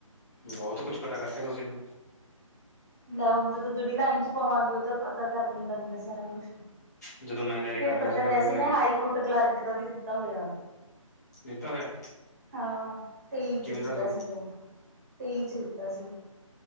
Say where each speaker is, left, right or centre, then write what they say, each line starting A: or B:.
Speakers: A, on the left; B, on the right.
A: ਬਹੁਤ ਕੁਛ ਪਤਾ ਕਰਕੇ ਆ ਤੁਸੀਂ ਤਾਂ,
B: ਲੈਣ ਜਦੋਂ ਜਿਹੜੀ ਲਾਈਨ ਚ ਪਾਵਾਂਗੇ ਉਹ ਤਾਂ ਪਤਾ ਕਰਨੀ ਪੈਂਦਾ ਸਾਰਾ ਕੁਛ,
A: ਜਦੋਂ ਮੈਂ ਤਿਆਰੀ
B: ਪੇਪਰ
A: ਕਰ ਰਿਹਾ ਸੀਗਾ
B: ਤਾਂ ਵੈਸੇ
A: ਮੈਨੂੰ ਐਵੇਂ
B: ਮੈਂ ਹਾਈ ਕੋਰਟ ਕਲਰਕ ਦਾ ਵੀ ਦਿੱਤਾ ਹੋਇਆ।
A: ਦਿੱਤਾ ਹੋਇਆ।
B: ਹਾਂ ਤੇਈ
A: ਕਿਵੇਂ
B: ਚ ਦਿੱਤਾ
A: ਦਾ ਸੀ
B: ਸੀਗਾ। ਤੇਈ ਚ ਦਿੱਤਾ ਸੀ।